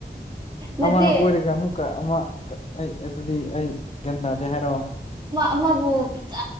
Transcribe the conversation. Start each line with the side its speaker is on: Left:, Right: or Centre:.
Right: ꯅꯠꯇꯦ
Left: ꯑꯃ ꯀꯣꯏꯔꯒ ꯑꯃꯨꯛꯀ ꯑꯃ ꯑꯩ ꯑꯗꯨꯗꯤ ꯑꯩ ꯒ꯭ꯌꯥꯟ ꯇꯥꯗꯦ ꯍꯥꯏꯔꯛꯑꯣ
Right: ꯑꯃꯕꯨ ꯆꯥ